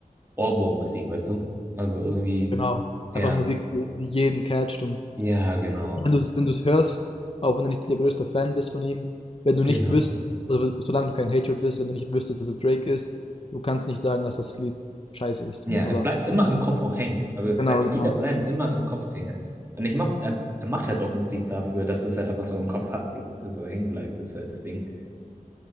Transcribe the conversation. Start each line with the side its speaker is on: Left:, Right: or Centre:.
Right: Ohrwurm-Musik, weißt du? Also irgendwie,
Left: genau,
Right: ja,
Left: einfach Musik, die, die jeden catcht und
Right: ja, genau,
Left: Wenn du es wenn du's hörst, auch wenn du nicht der größte Fan bist von ihm, wenn du
Right: genau.
Left: nicht wüsstest, also solange du kein Hater bist, wenn du nicht wüsstest, dass es Drake ist, du kannst nicht sagen, dass das Lied scheiße ist.
Right: Ja,
Left: Aber
Right: es bleibt immer im Kopf auch hängen. Also
Left: genau,
Right: seine Lieder
Left: genau.
Right: bleiben immer im Kopf hängen. Und ich mag, er, er macht halt auch Musik dafür, dass es halt einfach so im Kopf hat, so hängen bleibt, ist halt das Ding.